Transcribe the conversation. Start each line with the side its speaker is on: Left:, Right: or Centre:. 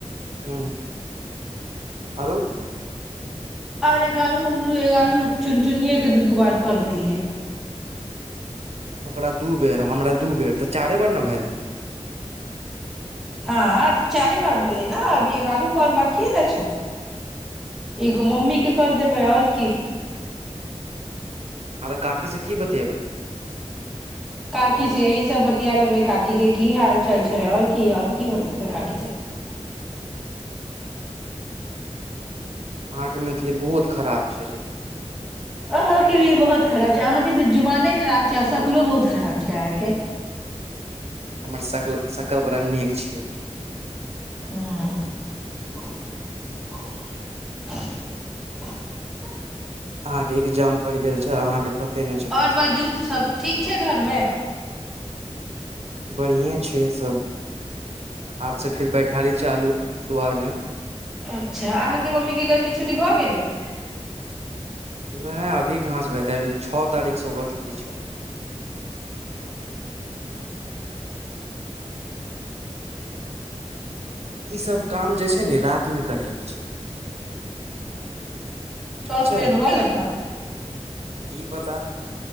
Right: ह्म आरो
Centre: आर एगारह हमरू एगारह चुन चुने के दू दू बार कर देलियै
Right: ओकरा दू बेर हमरा दू बेर तऽ चारे बेर ने भेल
Centre: हँ चारे बार भेलै ने अभी ए आरो करल बाकिए ने छै एगो मम्मी के कर देबै आओर की
Right: हँ तऽ काकी से की बतेबै तू
Centre: काकी से यही सब बतिया लेबै काकी के की हाल चाल छै आओर की आओर की बतेबै काकी सब
Right: अहाँके मैथिली बहुत खराब छै लेकिन
Centre: अहाँके भी बहुत खराब छै अहाँके तऽ जुबाने खराब छै आ शकलो बहुत खराब छै अहाँके
Right: हमर शक शकल बड़ा नीक छियै
Centre: ह <unintelligible>
Right: अहाँके एग्जाम पड़ि गेल छै अहाँके पते नहि छै कुछो
Centre: आओर बाजू सब ठीक छै घरमे
Right: बढ़िए छियै सभ हाथसँ फेर बैठारी चालू दुआरमे
Centre: अच्छा अहाँके के मम्मी के गर्मी छुटी भ गेलै <unintelligible>
Right: नहि अभी कहाँसँ भेतै अभी छओ तारीखसँ ओकररा छुट्टी छै ईसभ काम जे छै ने रतिमे करैके छै ठीक
Centre: दस
Right: छै
Centre: मिनट भऽ गेलै ने
Right: की पता